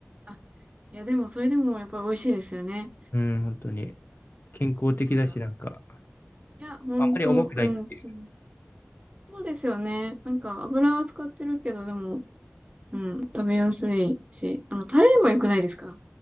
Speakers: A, on the right; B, on the left.
A: あ、いやでもそれでもやっぱり美味しいですよね。
B: うん、本当に。健康的だし、
A: なんか、
B: なんか、
A: いや、ほんと、
B: あんまり重くないっていう。
A: うん、そうそうですよね。なんか油は使ってるけど、でも、うん、食べやすいし、あの、タレも良くないですか